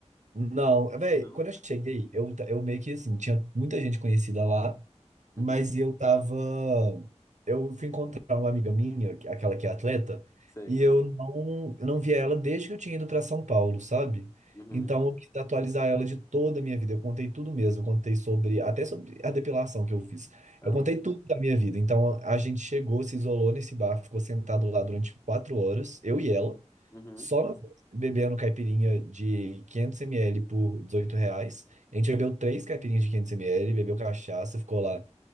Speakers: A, on the right (about 75°); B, on the left (about 25°).
A: Não, velho,
B: Não?
A: quando eu cheguei, eu, ta- eu meio que assim, tinha muita gente conhecida lá,
B: Uhum.
A: mas eu tava. Eu fui encontrar uma amiga minha, que- aquela que é atleta,
B: Sei.
A: e eu não, eu não via ela desde que eu tinha ido para São Paulo, sabe?
B: Uhum.
A: Então eu quis atualizar ela de toda a minha vida. Eu contei tudo mesmo. Eu contei sobre, até sobre a depilação que eu fiz.
B: Amo.
A: Eu contei tudo da minha vida. Então a a gente chegou, se isolou nesse bar, ficou sentado lá durante quatro horas, eu e ela,
B: Uhum.
A: só nós dois, bebendo caipirinha de 500 ml por 18 reais. A gente bebeu três caipirinhas de 500 ml, bebeu cachaça, ficou lá